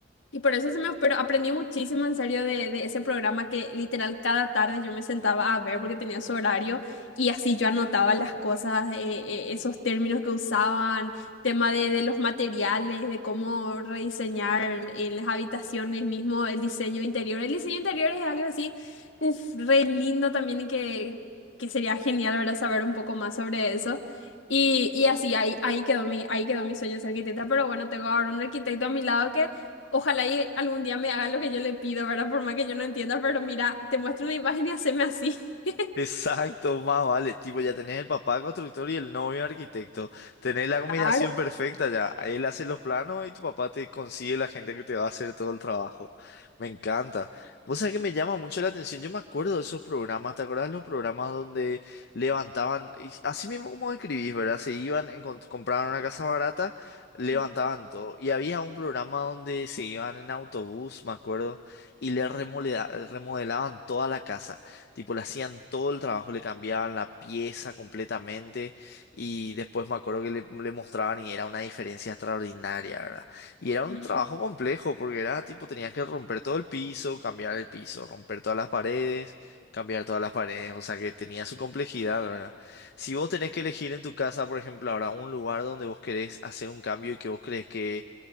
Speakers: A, on the left; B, on the left.
A: y por eso se me, pero aprendí muchísimo en serio de, de ese programa que literal cada tarde yo me sentaba a ver porque tenía su horario y así yo anotaba las cosas, eh, eh, esos términos que usaban, tema de, de los materiales, de cómo rediseñar eh, las habitaciones mismo, el diseño interior. El diseño interior es algo así, uf, re lindo también y que, que sería genial, ¿verdad? Saber un poco más sobre eso. Y, y así, ahí, ahí quedó mi, ahí quedó mi sueño de ser arquitecta, pero bueno, tengo ahora un arquitecto a mi lado que Ojalá y algún día me haga lo que yo le pido, ¿verdad? Por más que yo no entienda, pero mira, te muestro una imagen y haceme así. <laughs>
B: Exacto, más vale. Tipo, ya tenés el papá constructor y el novio arquitecto. Tenés la combinación
A: Claro.
B: perfecta ya. Él hace los planos y tu papá te consigue la gente que te va a hacer todo el trabajo. Me encanta. Vos sabés que me llama mucho la atención. Yo me acuerdo de esos programas. ¿Te acordás los programas donde levantaban, y así mismo como escribís, ¿verdad? Se iban, encon- compraban una casa barata, levantaban
A: sí.
B: todo. Y había un programa donde se iban en autobús, me acuerdo, y le remolea- remodelaban toda la casa. Tipo, le hacían todo el trabajo, le cambiaban la pieza completamente y después me acuerdo que le, le mostraban y era una diferencia extraordinaria, ¿verdad? Y era
A: <laughs>
B: un trabajo complejo porque era tipo, tenías que romper todo el piso, cambiar el piso, romper todas las paredes, cambiar todas las paredes, o sea que tenía su complejidad, ¿verdad? Si vos tenés que elegir en tu casa, por ejemplo, ahora un lugar donde vos querés hacer un cambio y que vos crees que